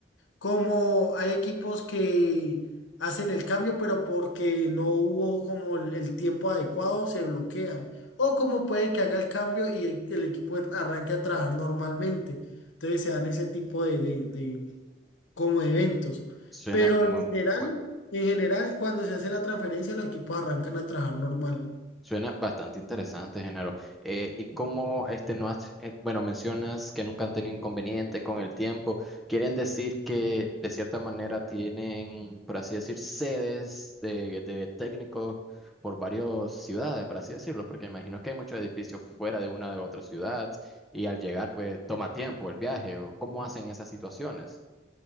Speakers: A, on the left; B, in the centre.
A: como hay equipos que hacen el cambio, pero porque no hubo como el, el tiempo adecuado, se bloquean. O como puede que haga el cambio y el, el equipo en- arranque a trabajar normalmente. Entonces se dan ese tipo de, de- de- como eventos.
B: Suena,
A: Pero
B: mm,
A: en general,
B: bueno,
A: en general, cuando se hace la transferencia, los equipos arrancan a trabajar normal.
B: suena bastante interesante, Genaro. Eh, y cómo este no has, eh, bueno, mencionas que nunca han tenido inconveniente con el tiempo. ¿Quieren decir que de cierta manera tienen, por así decir, sedes de, de técnicos por varias ciudades, por así decirlo? Porque imagino que hay muchos edificios fuera de una de otra ciudad y al llegar, pues toma tiempo el viaje. o ¿Cómo hacen esas situaciones?